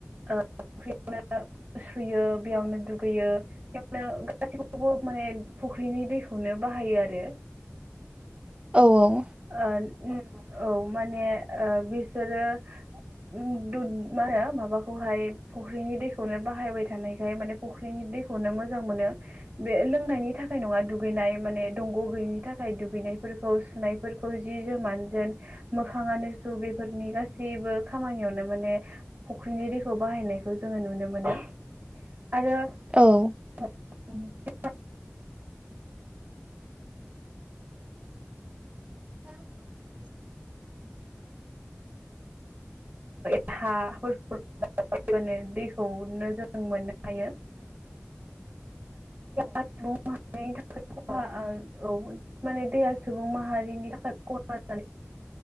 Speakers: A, on the right; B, on the right.
A: ओ फख्रियावनो सुयो बेयावनो दुगैयो नो गासैयावबो माने फुख्रिनि दैखौनो बाहायो आरो
B: औ -औ
A: औ माने बिसोरो मा होनो माबाखौहाय फुख्रिनि दैखौनो बाहायबाय थानायखाय माने फुख्रिनि दैखौनो मोजां मोनो बे लोंनायनि थाखाय नङा दुगैनाय माने दंग' गैयिनि थाखाय दुगैनायफोरखौ सुनाय फोरफोरखौ जि जोमान जोन मोखांनो सु बेफोरनि गासैबो खामानियावनो माने फुख्रिनि दैखौ बाहायनायखौ जोङो नुनो मोनो आरो
B: औ
A: उ <inaudible>
B: <inaudible>
A: ा <unintelligible> दैखौनो जों मोननो हायो आरो <unintelligible> मनि थाखाय खहा औ माने दैहा सुबुं माहारिनि थाखाय खहा